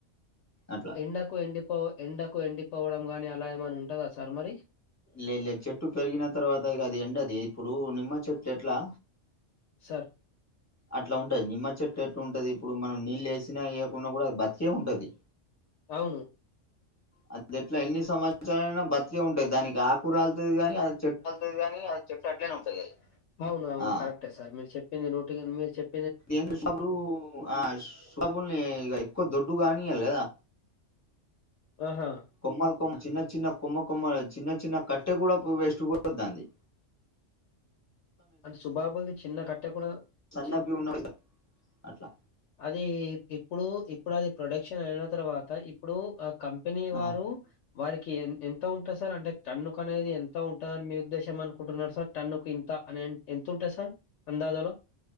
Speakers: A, on the left; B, on the left.
A: అట్.
B: ఎండకు ఎండిపో ఎండకు ఎండిపోవడం గాని అలా ఏమనా ఉంటదా సార్ మరి.
A: లేదు లేదు చెట్టు పెరిగిన తర్వాత ఇగ అది ఎండదు ఇప్పుడు నిమ్మ చెట్లు ఎట్లా.
B: సర్.
A: అట్లా ఉంటది నిమ్మ చెట్టు ఎట్టు ఉంటది ఇప్పుడు మనం నీళ్లు వేసిన ఏయ్యకున్నా కూడా అది బతికే ఉంటది.
B: అవును.
A: ఆ చెట్లు ఎన్ని సంవత్సరాల అయినా బతికే ఉంటాయి దానికి ఆకురాలతది గానీ అద్.
B: అల్ కాని అ చెట్టు అట్లనే ఉంటాయి అయి అవును అవును
A: ఆ
B: కరెక్టే సార్ మీరు చెప్పింది నూటికి మీ చెప్.
A: ఏంది షాపులు ఆ షాపుల్ని ఎక్కువ దొడ్డు కానియ్వాలి కదా.
B: ఆహా.
A: కొమ్మల్ కొమ్ చిన్న చిన్న కొమ్మ కొమ్మల్ చిన్న చిన్న కట్టె కూడా వేస్ట్ పోదు దాంది.
B: అండ్ సుభాబులది చిన్న కట్టె కూడా.
A: సన్న
B: చి
A: వి ఉన్నప్పుడే కదా అట్లా.
B: అది ఇప్పుడు ఇప్పుడు అది ప్రొడక్షన్ అయినా తర్వాత ఇప్పుడు ఆ కం. పినివారు.
A: ఆ
B: వారికి ఎన్ ఎంత ఉంటది సార్ అంటే టన్నుకు అనేది ఎంత ఉంటందని మీ ఉద్దేశం అనుకుంటున్నారు సార్ టన్నుకు ఇంత అని ఎన్ ఎంతుంటాది సార్ అందాదాలో